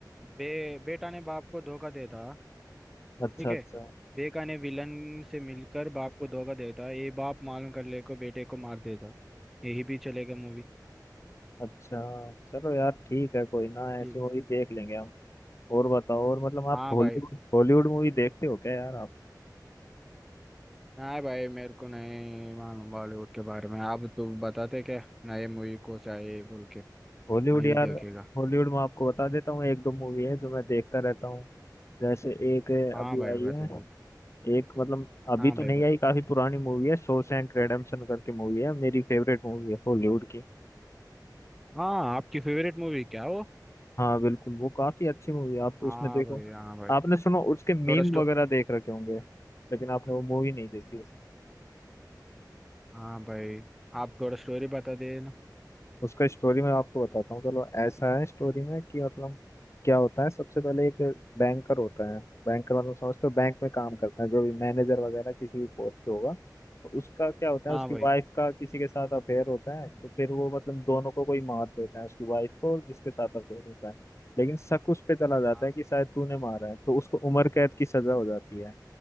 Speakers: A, in the centre; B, on the left.
A: बे बेटा ने बाप को धोखा देता
B: अच्छा
A: ठीक है
B: अच्छा
A: बेटा ने विलन से मिलकर बाप को धोखा देता ये बाप मालूम कर ले को बेटे को मार देता यही भी चलेगा मूवी
B: अच्छा चलो यार ठीक है कोई ना
A: ठीक
B: ऐसी मूवी देख लेंगे हम और बताओ और मतलब
A: हाँ
B: आप हॉलीवुड
A: भाई
B: हॉलीवुड मूवी देखते हो क्या यार आप
A: नहीं भाई मेरे को नहीं मालूम बॉलीवुड के बारे में आप तो बताते क्या नए मूवी को चाहिए बोल के
B: हॉलीवुड
A: मैं ही
B: यार
A: देखेगा
B: हॉलीवुड में आपको बता देता हूँ एक दो मूवी है जो मैं देखता रहता हूँ जैसे एक है, अभी
A: हाँ भाई
B: आई
A: बता
B: है
A: दे
B: एक मतलब अभी
A: हाँ
B: तो
A: भाई
B: नहीं
A: बता
B: आई काफी पुरानी मूवी है शॉशैंक रिडेम्पशन करके मूवी है मेरी फेवरेट मूवी है हॉलीवुड की
A: हाँ आपकी फेवरेट मूवी क्या वो
B: हाँ बिल्कुल वो काफी अच्छी मूवी है आप तो
A: हाँ
B: उसमें देखो
A: भाई हाँ भाई
B: आपने सुनो उसके मीम
A: थोड़ा स्टो
B: वगैरह देख रखे होंगे लेकिन आपने वो मूवी नहीं देखी
A: हाँ भाई आप थोड़ा स्टोरी बता देना
B: उसका स्टोरी मैं आपको बताता हूँ चलो ऐसा है स्टोरी में कि मतलब क्या होता है सबसे पहले एक बैंकर होता है बैंकर मतलब समझते हो बैंक में काम करता है जो भी मैनेजर वगैरह किसी भी पोस्ट पे होगा तो उसका क्या होता है
A: हाँ
B: उसकी
A: भाई
B: वाइफ का किसी के साथ अफेयर होता है
A: हम्म।
B: तो फिर वो मतलब दोनों को कोई मार देता है उसकी वाइफ को और जिसके साथ अफेयर होता है लेकिन शक उस पे चला जाता
A: हाँ
B: है कि शायद तूने मारा है तो उसको उम्र कैद की सजा हो जाती है